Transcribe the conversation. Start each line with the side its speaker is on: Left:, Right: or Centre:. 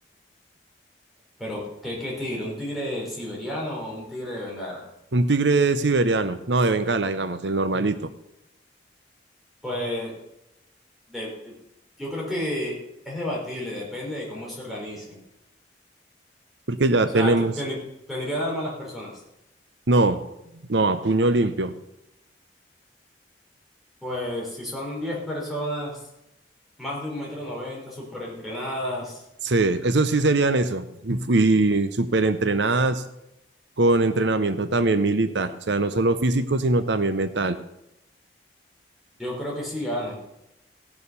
Centre: Pero, ¿qué, qué tigre? ¿Un tigre siberiano o un tigre de Bengala?
Right: Un tigre siberiano, no de Bengala, digamos, el normalito,
Centre: Pues de- de- yo creo que es debatible, depende de cómo se organicen.
Right: porque ya
Centre: O sea,
Right: tenemos,
Centre: te- tener- ¿tendrían armas las personas?
Right: no, no, a puño limpio.
Centre: Pues si son 10 personas, más de un metro noventa, súper entrenadas,
Right: Sí, eso sí serían eso. Y fui súper entrenadas con entrenamiento también militar, o sea, no solo físico, sino también mental.
Centre: yo creo que sí ganan.